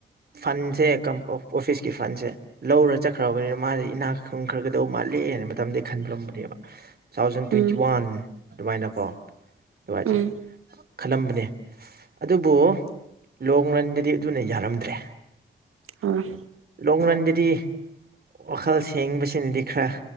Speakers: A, on the right (about 50°); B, on the right (about 85°).
A: ꯐꯟꯁꯦ ꯑꯣꯐꯤꯁꯀꯤ ꯐꯟꯁꯦ ꯂꯧꯔ ꯆꯠꯈ꯭ꯔꯕꯅꯤꯅ ꯃꯥꯗꯤ ꯏꯅꯥꯛ ꯈꯨꯟꯈ꯭ꯔꯒꯗꯧ ꯃꯥꯜꯂꯤ ꯑꯅꯥ ꯃꯇꯝꯗꯩ ꯈꯟꯂꯝꯕꯅꯦꯕ two thousand twenty
B: um
A: one ꯑꯗꯨꯃꯥꯏꯅꯀꯣ <unintelligible>
B: ꯎꯝ
A: ꯈꯜꯂꯝꯕꯅꯦ ꯑꯗꯨꯕꯨ ꯂꯣꯡ ꯔꯟꯗ ꯗꯤ ꯑꯗꯨꯅ ꯌꯥꯔꯝꯗ꯭ꯔꯦ
B: ꯎꯝ
A: ꯂꯣꯡ ꯔꯟꯗꯗꯤ ꯋꯥꯈꯜ ꯁꯦꯡꯕꯁꯤꯅꯗꯤ ꯈꯔ